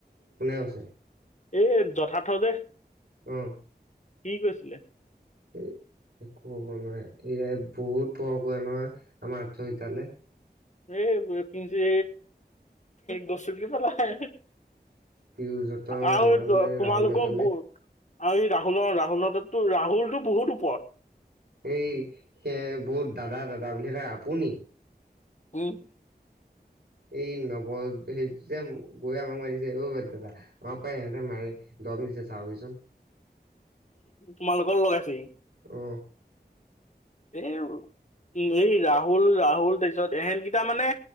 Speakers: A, on the right; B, on the left.
A: কোনে আছে?
B: এই যথাৰ্থ যে
A: আহম
B: কি কৈছিলে?
A: উ একো হ'ব নোৱাৰে। এয়াই বহুত পৰক নহয় আমাৰ আতথকেইটালে
B: এ পি যে গছু কি পালাই
A: পিয়ুজহঁতৰ
B: আৰু
A: আমাৰলে
B: তোমাল
A: ৰাহুলহঁতলে
B: গ গ আৰু এই ৰাহুলৰ ৰাহুল হততো ৰাহুলতো বহুত ওপৰত
A: এই সেই বহুত দাদা দাদা বুলি আপুনি
B: উ
A: এই নৱ হ যে গৈ আমাক মাৰিছে অ' ব দাদা আমাৰ পায় সহঁতে মাৰে দমনিচ চাও কিচোন
B: তোমালোকৰ লগাইছি
A: অ
B: বে উ এই ৰাহুল ৰাহুল তাৰপিছত এহেনকেইটা মানে